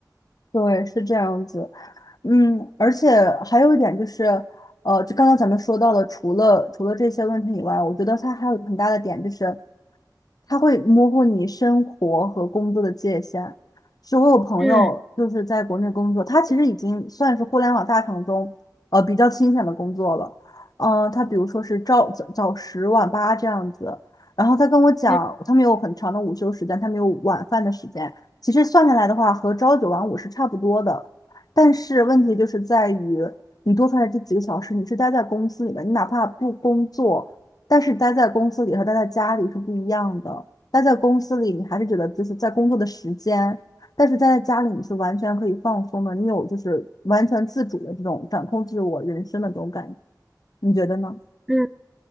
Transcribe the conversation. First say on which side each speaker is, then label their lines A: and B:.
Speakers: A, on the left (about 60°); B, in the centre.
A: 对，是这样子。嗯，而且还有一点就是，呃，就刚刚咱们说到了，除了除了这些问题以外，我觉得它还有一个很大的点就是。它会模糊你生活和工作的界限。是我有朋友就是在国内工作，
B: 嗯
A: 他其实已经算是互联网大厂中呃比较清闲的工作了。嗯、呃，他比如说是朝早早十晚八这样子，然后他跟我讲，
B: 嗯
A: 他们有很长的午休时间，他们有晚饭的时间。其实算下来的话，和朝九晚五是差不多的。但是问题就是在于，你多出来这几个小时，你是待在公司里的，你哪怕不工作。但是待在公司里和待在家里是不一样的。待在公司里，你还是觉得就是在工作的时间，但是待在家里，你是完全可以放松的，你有就是完全自主的这种掌控自我人生的这种感觉，你觉得呢？
B: 嗯，